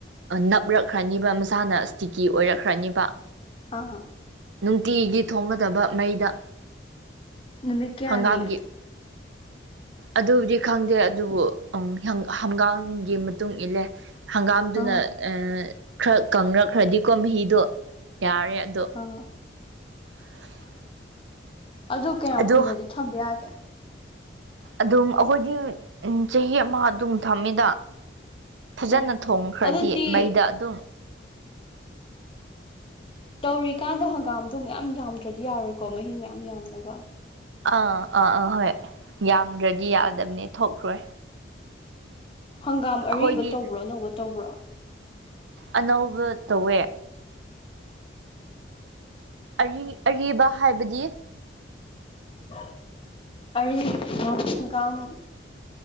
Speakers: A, on the right (about 80°); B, on the left (about 30°).
A: ꯅꯞꯂꯛꯈ꯭ꯔꯅꯤꯕ ꯃꯁꯥꯅ ꯏꯁꯇꯤꯀꯤ ꯑꯣꯏꯔꯛꯈ꯭ꯔꯅꯤꯕ ꯇ
B: ꯑꯥꯥ
A: ꯅꯨꯡꯇꯤꯒꯤ ꯊꯣꯡꯒꯗꯕ ꯃꯩꯗ
B: ꯅꯨꯃꯤꯠ ꯀꯌꯥꯅꯤ
A: ꯍꯪꯒꯥꯝꯒꯤ ꯏꯪ ꯑꯗꯨꯕꯨꯗꯤ ꯈꯪꯗꯦ ꯑꯗꯨꯕꯨ ꯎꯝ ꯍꯪꯒꯥꯝꯒꯤ ꯃꯇꯨꯡ ꯏꯜꯂꯦ ꯍꯪꯒꯥꯝꯗꯨꯅ
B: ꯑꯥ
A: ꯈꯔ ꯀꯪꯅꯛꯈ꯭ꯔꯗꯤꯀꯣ ꯃꯍꯤꯗꯣ ꯌꯥꯔꯦ ꯑꯗꯣ
B: ꯑꯣ
A: <unintelligible>
B: ꯑꯗꯨ ꯀꯌꯥꯝ
A: ꯑꯗꯣ
B: ꯀꯨꯏꯅꯗꯤ ꯊꯝꯕ ꯌꯥꯒꯦ
A: ꯑꯗꯨꯝ ꯑꯩꯈꯣꯏꯗꯤ ꯆꯍꯤ ꯑꯃ ꯑꯗꯨꯝ ꯊꯝꯃꯤꯗ ꯐꯖꯅ
B: ꯑꯣ
A: ꯊꯣꯡꯈ꯭ꯔꯗꯤ
B: ꯑꯗꯨꯗꯤ
A: ꯃꯩꯗ ꯑꯗꯨꯝ
B: ꯇꯧꯔꯤꯀꯥꯟꯗ ꯍꯪꯒꯥꯝꯗꯨ ꯃꯌꯥꯝ ꯌꯥꯝꯗ꯭ꯔꯗꯤ ꯌꯥꯔꯣꯏꯀꯣ ꯃꯍꯤ ꯃꯌꯥꯝ ꯌꯥꯝꯅꯕ
A: ꯑꯥ ꯑꯥ ꯑꯥ ꯍꯣꯏ ꯌꯥꯝꯗ꯭ꯔꯗꯤ ꯌꯥꯗꯕꯅꯦ ꯊꯣꯛꯈ꯭ꯔꯣꯏ
B: ꯍꯪꯒꯥꯝ
A: ꯑꯩꯈꯣꯏꯗꯤ
B: ꯑꯔꯤꯕ ꯇꯧꯕ꯭ꯔꯣ ꯑꯅꯧꯕ ꯇꯧꯕ꯭ꯔꯣ
A: ꯑꯅꯧꯕ ꯇꯧꯋꯦ ꯑ ꯑꯔꯤꯕ ꯍꯥꯏꯕꯗꯤ
B: ꯑꯔꯤꯥꯎ